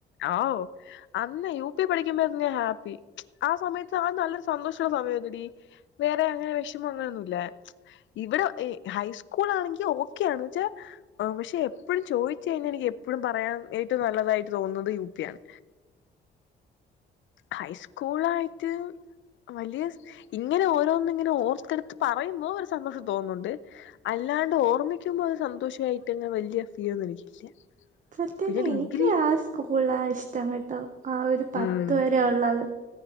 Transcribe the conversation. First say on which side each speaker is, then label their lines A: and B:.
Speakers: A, on the left; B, on the right.
A: ഓ അന്ന് യു പി പഠിക്കുമ്പത്തിന്ന് ഹാപ്പി. ആ സമയത്ത് ആ നല്ലൊരു സന്തോഷമുള്ള സമയമടി വേറെ അങ്ങനെ വിഷമോ ങ്ങനൊന്നുല. ഇവിടെ ഹൈസ്കൂൾ ആണെങ്കിൽ ഓക്കെയണ് ന്നച്ചാൽ പക്ഷെ എപ്പോഴും ചോദിച്ചഴിഞ്ഞാ എപ്പേ. പ്പഴും പറയാൻ ഏറ്റവും നല്ലതായിട്ട് തോന്നുന്നത് യു പി ആണ്. ഹൈസ്കൂൾ ആയിട്ട് വലിയ ഇങ്ങനെ ഓരോന്നിങ്ങനെ ഓർത്തെടുത്ത് പറയുമ്പോ ഒരു സന്തോഷം തോന്നുന്നുണ്ട് അൽ അല്ലാണ്ട് ഓർമ്മിക്കുമ്പോ അത് സന്തോഷയിട്ട് വലിയ ഫീലൊന്നും എനിക്കില്ല.
B: സത്യട്ട
A: പിന്നെ ഡിഗ്രി
B: എനിക്ക് ആ സ്കൂള ഇഷ്ടംട്ടോ ആ ഒരു പത്ത്
A: ഉം
B: വരെ. ള്ളത്